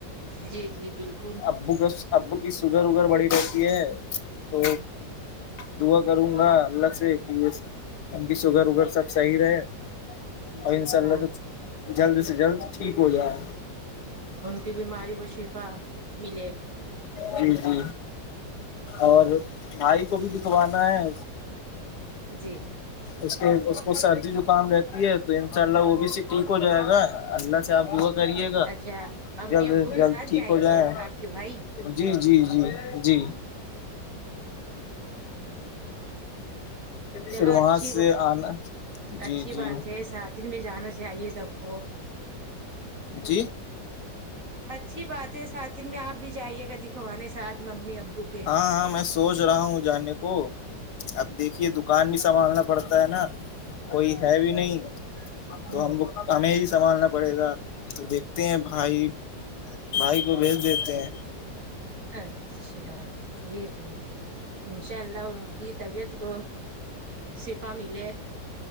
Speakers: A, on the right (about 45°); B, on the left (about 65°).
A: جی جی بالکل
B: ابو کا ابو کی سوگر وگر بڑی رہتی ہے تو دعا کروں گا اللہ سے کہ یہ ان کی شوگر وگر سب صحیح رہے اور
A: جی
B: انشاء
A: الحم
B: اللہ تو جلد سے جلد ٹھیک ہو جائے
A: ان کی بیماری کو شفا ملے
B: جی جی اور مائی کو بھی دکھوانا ہے
A: جی
B: اس کے اس کو سردی زکام رہتی ہے تو انشاء اللہ وہ بھی سے ٹھیک ہو جائے گا اللہ سے آپ دا کریے گا
A: اچھا امی
B: جلد
A: ابو
B: سے
A: کے
B: جلد
A: ساتھ
B: ٹھیک
A: جائیں
B: ہو جائے
A: گے آپ کے بھائی
B: جی جی جی جی
A: چلو
B: پھر وہاں
A: اچھی
B: سے
A: بات
B: آنا جی
A: اچھی
B: جی
A: بات ہے ساتن میں جانا چاہیے سب کو
B: جی
A: اچھی بات ہے سات دن میں آپ بھی جائیے گا دکھوانے ساتھ ممی ابو کے
B: ہاں ہاں میں سوچ رہا ہوں جانے کو اب دیکھیے دکان بھی سنبھالنا پڑتا ہے نا کوئی ہے بھی نہیں
A: ہوں
B: تو ہم کو ہمیں ہی سنبھالنا پڑے گا تو دیکھتے ہیں بھائی بھائی کو بھیج دیتے ہیں
A: اچھا ٹھیک ہے ان شاء اللہ ان کی طبیعت کو صفا ملے